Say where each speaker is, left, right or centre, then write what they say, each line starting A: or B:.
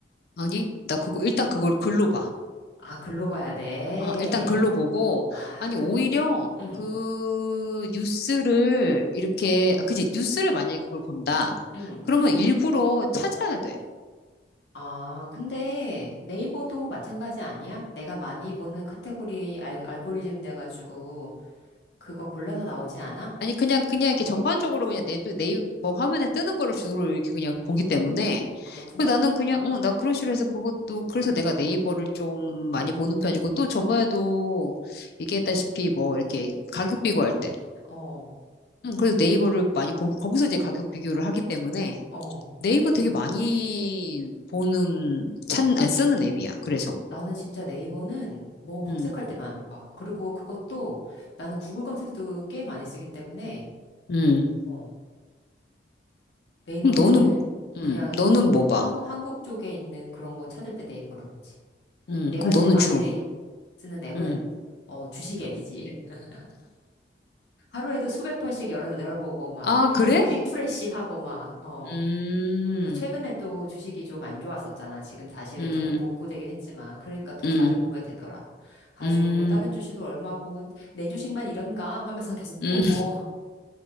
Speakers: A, on the left; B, on the left.
A: 아니, 나 그거, 일단 그걸 글로 봐.
B: 아, 글로 봐야 돼.
A: 어, 일단 글로 보고,
B: 아,
A: 아니, 오히려
B: 응,
A: 그 뉴스를 이렇게, 아, 그치. 뉴스를 만약에 그걸 본다.
B: 응.
A: 그러면 일부러 찾아야 돼.
B: 아, 근데 네이버도 마찬가지 아니야? 내가 많이 보는 카테고리 알, 알고리즘 돼가지고 그거 골라서 나오지 않아?
A: 아니 그냥 그냥 이렇게 전반적으로 그냥 내 네이버 화면에 뜨는 거를 주로 이렇게 그냥
B: 음,
A: 보기 때문에
B: 그렇구나.
A: 그 나는 그냥 어 나 그런 식으로 해서 그것도 그래서 내가 네이버를 좀
B: 응,
A: 많이 보는 편이고 또 저번에도 얘기했다시피 뭐 이렇게 가격 비교할 때
B: 어,
A: 음, 그래서 네이버를 많이 보기 거기서 이제 가격 비교를 하기 때문에
B: 어.
A: 네이버 되게 많이 보는 찬 아, 쓰는 앱이야 그래서
B: 나는 진짜 네이버는 뭐 검색할
A: 음
B: 때만 봐. 그리고 그것도 나는 구글 검색도 꽤 많이 쓰기 때문에,
A: 음
B: 어. 네이버는
A: 그럼 너는 음
B: 그냥
A: 너는 뭐 봐?
B: 한, 한국 쪽에 있는 그런 거 찾을 때 네이버를 보지.
A: 음
B: 내가
A: 그럼
B: 제일
A: 너는
B: 많이
A: 주로
B: 쓰는 앱은
A: 음
B: 어, 주식 앱이지. <laughs> 하루에도 수백 번씩 열어, 열어보고 막
A: 아 그래?
B: 리프레시하고 막 어.
A: 음
B: 그 최근에 또 주식이 좀 안 좋았었잖아. 지금 다시
A: 음,
B: 조금 복구되긴 했지만 그러니까 더
A: 음,
B: 자주 보게 되더라. 가지고
A: 음,
B: 뭐 다른 주식은 얼마고 내 주식만 이런가 하면서 계속
A: 음,
B: 보고